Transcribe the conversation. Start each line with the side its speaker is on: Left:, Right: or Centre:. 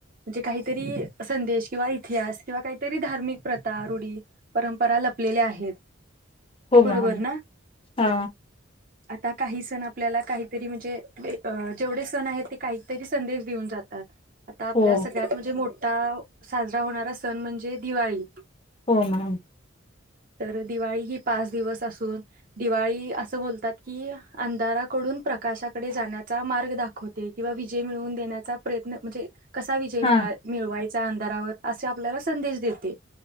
Right: जे काही तरी संदेश किंवा इतिहास किंवा काही तरी धार्मिक प्रथा रूढी परंपरा लपलेल्या आहेत.
Left: हो
Right: बरोबर
Left: मॅम
Right: ना
Left: हा
Right: आता काही सण आपल्याला काही तरी म्हण जे जेवढे सण आहेत ते काहीतरी संदेश देऊन जातात. आता आपल्या
Left: हो
Right: सगळ्यात म्हणजे मोठा साजरा होणारा स सण म्हणजे दिवाळी
Left: हो मॅम
Right: तर दिवाळी ही पाच दिवस असून दिवाळी असं बोलतात कि अंधाराकडून प्रकाशाकडे जाण्याचा मार्ग दाखवते. किंवा विजय मिळवून देण्याचा प्रयत्न म्हणजे कसा विजय
Left: हा
Right: मिळा मिळवाय चा अंधारावर असा आपल्याला संदेश देते.